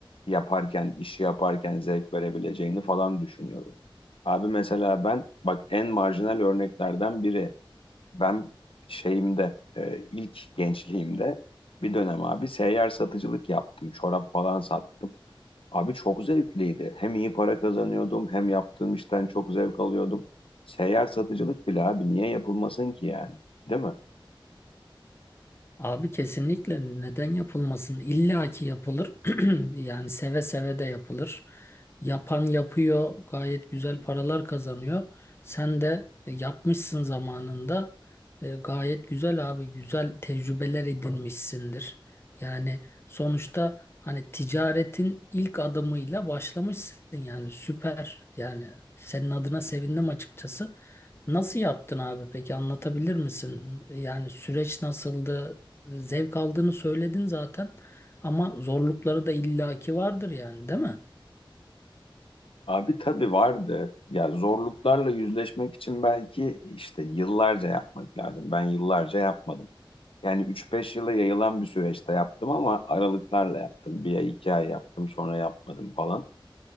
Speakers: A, on the left; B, on the left.
A: yaparken, işi yaparken zevk verebileceğini falan düşünüyorum. Abi mesela ben bak en marjinal örneklerden biri ben şeyimde e, ilk gençliğimde bir dönem abi seyyar satıcılık yaptım. Çorap falan sattım. Abi çok zevkliydi. Hem iyi para kazanıyordum hem yaptığım işten çok zevk alıyordum. Seyyar satıcılık bile abi niye yapılmasın ki yani? Değil mi?
B: Abi kesinlikle neden yapılmasın? İlla ki yapılır. <clears throat> Yani seve seve de yapılır. Yapan yapıyor, gayet güzel paralar kazanıyor. Sen de e, yapmışsın zamanında. E, gayet güzel abi, güzel tecrübeler edinmişsindir. Yani sonuçta hani ticaretin ilk adımıyla başlamışsın yani süper. Yani senin adına sevindim açıkçası. Nasıl yaptın abi peki anlatabilir misin? Yani süreç nasıldı? zevk aldığını söyledin zaten ama zorlukları da illaki vardır yani değil mi?
A: Abi tabii vardı. Ya zorluklarla yüzleşmek için belki işte yıllarca yapmak lazım. Ben yıllarca yapmadım. Yani üç beş yıla yayılan bir süreçte yaptım ama aralıklarla yaptım. Bir ay, iki ay yaptım sonra yapmadım falan.